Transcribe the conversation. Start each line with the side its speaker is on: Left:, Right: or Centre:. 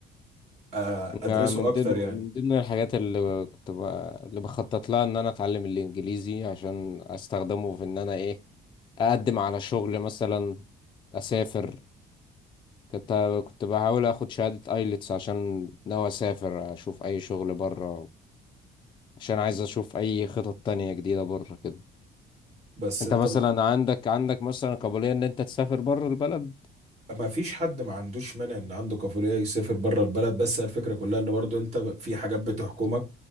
Right: آه،
Left: يعني
Right: ادرسه
Left: من
Right: اكتر
Left: ضمن
Right: يعني
Left: من ضمن الحاجات اللي كنت ب... اللي بخطط لها إن أنا أتعلم الإنجليزي عشان أستخدمه في إن أنا إيه أقدم على شغل مثلا أسافر كنت كنت بحاول أخد شهادة أيلتس عشان ناوي أسافر أشوف أي شغل بره عشان عايز أشوف أي خطط تانية جديدة بره كده
Right: بس
Left: انت
Right: انت
Left: مثلا
Right: ما...
Left: عندك عندك مثلا قابلية ان انت تسافر بره البلد
Right: ما فيش حد ما عندوش مانع ان عنده كفولية يسافر بره البلد بس الفكرة كلها ان برضو انت في حاجات بتحكمك